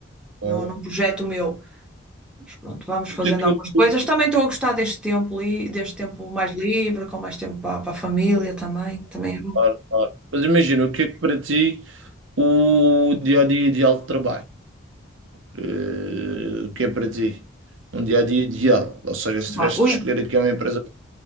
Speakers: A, on the right (about 75°); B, in the centre.
A: claro.
B: num, num projeto meu. Mas pronto, vamos fazendo
A: O que é que-
B: algumas coisas. Também estou a gostar deste tempo, li, deste tempo mais livre, com mais tempo para, para a família também. Também é bom.
A: claro, claro. Mas imagina, o que é que para ti o dia-a-dia ideal de trabalho? Eh, o que é para ti? Um dia-a-dia ideal. Ou seja, se tivesse
B: Pá, o
A: de
B: i-
A: escolher aqui uma empresa.